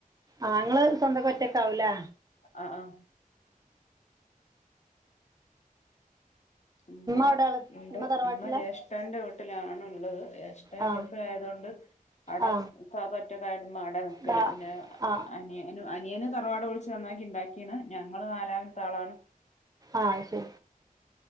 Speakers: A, on the right; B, on the left.
A: ആഹ് ഇങ്ങള് സ്വന്തം ഒറ്റക്കാവുലേ
B: ആഹ് ആഹ് ഉമ്മ
A: എവിടെ ഉള്ള
B: ഉണ്ട്
A: തറവാട്ടിലാ
B: ഉമ്മ ജേഷ്ഠന്റെ വീട്ടിലാണ് ഇള്ളത് ജേഷ്ഠൻ
A: ആ
B: ഗൾഫിലായതുകൊണ്ട് അവ്ടാ
A: ആ
B: ഇത്താത്ത ഒറ്റക്കയതൊണ്ട് ഉമ്മ അവിടാ നിൽക്കല്
A: ദാ
B: പിന്നെ
A: ആ
B: അനിയൻ <inaudible> അനിയന് തറവാട് പൊളിച്ച് നന്നാക്കി ഇണ്ടാക്കിയാണ് ഞങ്ങള് നാലാമത്തെ ആളാണ്
A: ആഹ് ശരി